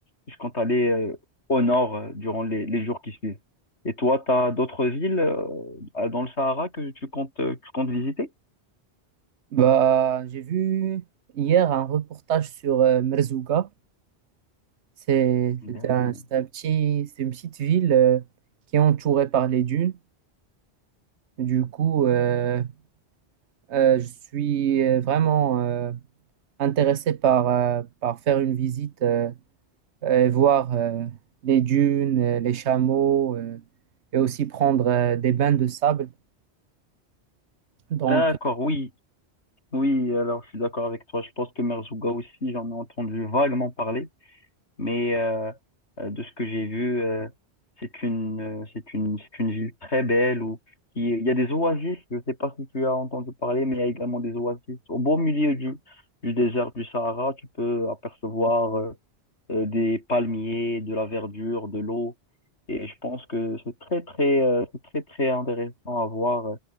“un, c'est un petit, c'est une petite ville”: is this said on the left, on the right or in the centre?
Right